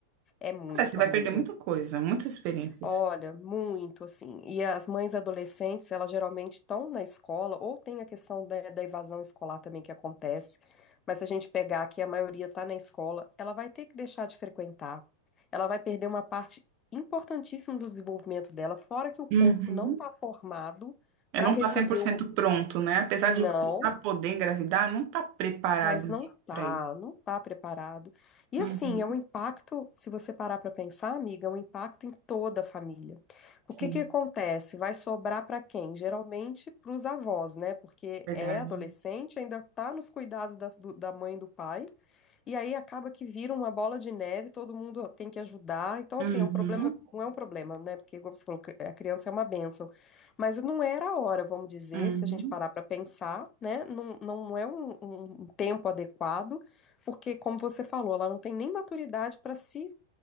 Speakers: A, on the left; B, on the right.
A: é muito,
B: cara, você vai
A: amiga.
B: perder muita coisa, muitas experiências.
A: Olha, muito, assim. E as mães adolescentes, elas geralmente estão na escola, ou tem a questão da, da evasão escolar também que acontece. Mas se a gente pegar que a maioria está na escola, ela vai ter que deixar de frequentar. Ela vai perder uma parte importantíssima do desenvolvimento dela, fora que o corpo
B: Uhum.
A: não está formado
B: É
A: para
B: não
A: receber
B: tá cem por cento
A: o
B: pronto, né? Apesar
A: não.
B: de você já poder engravidar, não tá preparado
A: Mas não tá,
B: para ir.
A: não tá preparado. E
B: Uhum.
A: assim, é um impacto, se você parar para pensar, amiga, é um impacto em toda a família. O
B: Sim,
A: que que acontece? Vai sobrar para quem? Geralmente para os avós, né? Porque
B: verdade.
A: é adolescente, ainda tá nos cuidados da, do- da mãe e do pai. E aí acaba que vira uma bola de neve, todo mundo tem que ajudar. Então, assim,
B: Uhum.
A: é um problema, não é um problema, né? Porque, como você falou, que a criança é uma bênção. Mas não era a hora, vamos dizer,
B: Uhum.
A: se a gente parar para pensar, né? Não, não, não é um, um um tempo adequado, porque, como você falou, ela não tem nem maturidade para se